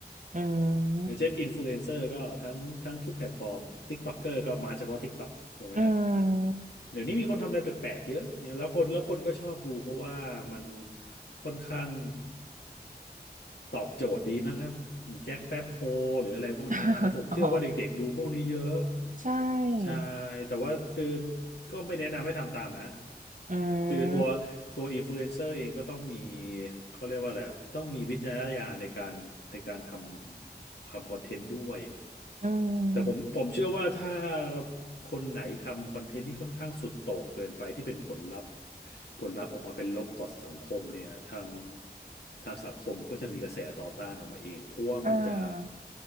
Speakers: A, on the right; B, on the left.
A: อื
B: ๆอย่างเช่นอินฟลูเอนเซอร์ก็ทั้งทั้งทุกแพลตฟอร์มติ๊กต็อกเกอร์ก็มาเฉพาะติ๊กต็อกถูกไหมฮะ
A: ม อืม
B: เดี๋ยวนี้มีคนทำอะไรแปลกๆเยอะแล้วคนแล้วคนก็ชอบดูเพราะว่ามันค่อนข้าง ตอบโจทย์ดีมากครับแจ็คแป๊บโฮหรืออะไรพวกเนี้ยแล้วผมเชื่อว่าเด็กๆดูพวกนี้เยอะ
A: <laughs> อ๋อใช่
B: ใช่แต่ว่าคือก็ไม่แนะนำให้ทำตามนะ
A: อื
B: ตือตัว
A: ม
B: ตัวอินฟลูเอนเซอร์เองก็ต้องมีเขาเรียกว่าอะไรอะต้องมีวิจารณญาณในการในการทำทำคอนเทนต์ด้วย
A: อืม
B: แต่ผมผมเชื่อว่าถ้า คนไหนทำคอนเทนต์ที่ค่อนข้างสุดโต่งเกินไปที่เป็นผลลัพธ์ผลลัพธ์ออกมาเป็นลบต่อสังคมเนี่ยทางทางสังคมก็จะมีกระแสต่อต้านออกมาเองเพราะว่ามันจะ
A: อ่า